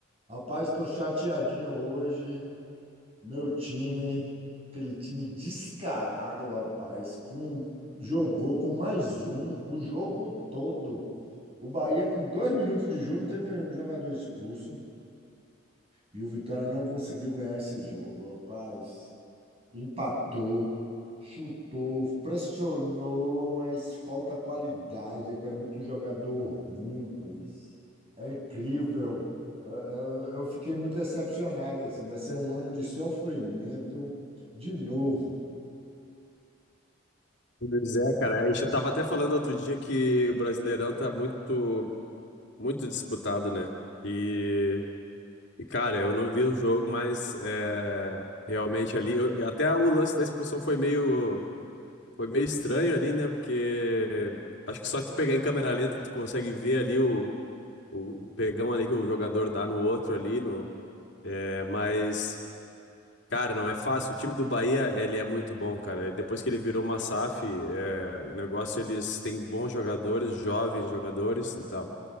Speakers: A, on the right (about 30°); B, on the left (about 60°).
A: Rapaz, estou chateadinho hoje. Meu time, aquele time descarado, rapaz, com, jogou com mais um o jogo todo. O Bahia, com dois minutos de jogo, teve um jogador expulso e o Vitória não conseguiu ganhar esse jogo, rapaz. Empatou, chutou, pressionou, mas falta qualidade. É muito jogador ruim, pois. É incrível. Eu, eu- eu fiquei muito decepcionado, assim. Vai ser um ano de sofrimento de novo.
B: Pois é, cara. A gente tava até falando outro dia que o Brasileirão tá muito, muito disputado, né? E, e, cara, eu não vi o jogo, mas é, realmente ali, eu- e até o lance da expulsão foi meio, foi meio estranho ali, né? Porque acho que só tu pegar em câmera lenta tu consegue ver ali o, o pegão ali que o jogador dá no outro ali, no, é, mas Cara, não é fácil. O time do Bahia, ele é muito bom, cara. Depois que ele virou uma SAF, é, o negócio, eles têm bons jogadores, jovens jogadores e tal.